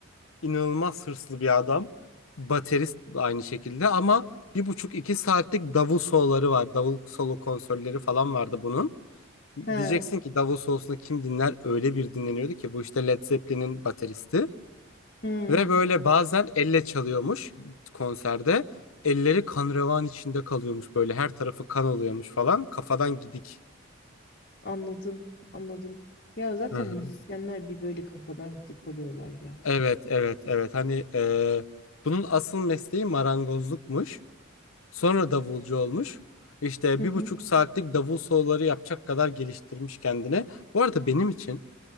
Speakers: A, on the left (about 75°); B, on the left (about 45°).
A: e, inanılmaz hırslı bir adam. Baterist aynı şekilde ama bir buçuk iki saatlik davul soloları var. Davul solo konserleri falan vardı bunun.
B: Ha.
A: Diyeceksin ki davul solosunu kim dinler? Öyle bir dinleniyordu ki bu işte Led Zeppelin'in bateristi.
B: Hmm.
A: Ve böyle bazen elle çalıyormuş konserde. Elleri kan revan içinde kalıyormuş böyle her tarafı kan oluyormuş falan. Kafadan gidik.
B: Anladım, anladım. Ya zaten
A: Hı hı.
B: müzisyenler bir böyle kafadan gidik oluyorlar ya.
A: Evet evet evet hani e, bunun asıl mesleği marangozlukmuş. Sonra davulcu olmuş. İşte
B: Hı
A: bir
B: hı.
A: buçuk saatlik davul soloları yapacak kadar geliştirmiş kendini. Bu arada benim için